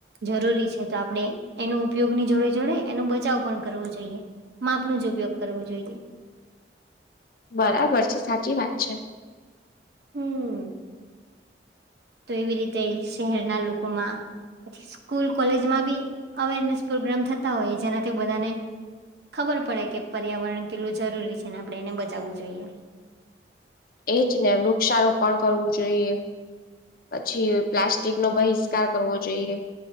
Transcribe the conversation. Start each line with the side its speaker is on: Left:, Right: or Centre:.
Right: જરૂરી છે તો આપડે એનો ઉપયોગની જોડે જોડે એનો બચાવ પણ કરવું જોઈએ માપ નો જ ઉપયોગ કરવો જોઈએ
Left: બરાબર છે સાચી વાત છે
Right: હમ્મ તો એવી રીતે શહેરના લોકોમાં પછી સ્કૂલ કોલેજમાં બી અવેરનેસ પ્રોગ્રામ થતા હોય જેનાથી બધાને ખબર પડે કે પર્યાવરણ કેટલું જરૂરી છે ને આપણે એને બચાવવું જોઈએ
Left: એજ ને વૃક્ષારોપણ કરવું જોઈએ પછી પ્લાસ્ટિક નો બહિષ્કાર કરવો જોઈએ